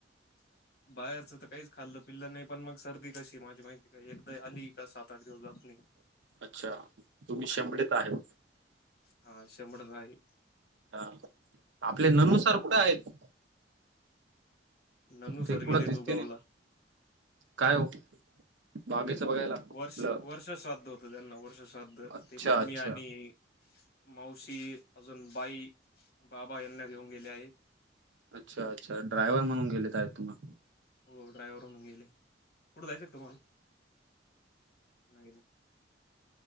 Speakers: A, on the left; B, on the right.
A: <unintelligible> बाहेरचं तर काहीच खाल्लं पिल्लं नाही पण मग सर्दी कशी माझी माहिती काय एकदा आली का सात आठ दिवस जात नाही
B: अच्छा. तुम्ही शेमडीेत आहे.
A: हा शंमडलाई.
B: हा आपले ननु सार कुठे आहेत.
A: ननू
B: ते
A: सर
B: कुढं
A: गेले
B: दिसते
A: दुगावला
B: नाही काय हो बागेच बघायला आपलं
A: वर्ष वर्षश्राद्ध होत त्यांना वर्षश्राद्ध
B: अच्छा
A: ते मम्मी
B: अच्छा
A: आणि मावशी अजून बाई, बाबा यांना घेऊन गेले आहे.
B: अच्छा अच्छा ड्रायव्हर म्हणून गेले आहेत तुम्ही.
A: हो ड्रायव्हर म्हणून गेले कुठे जायचक तुम्हाला नाही नाही.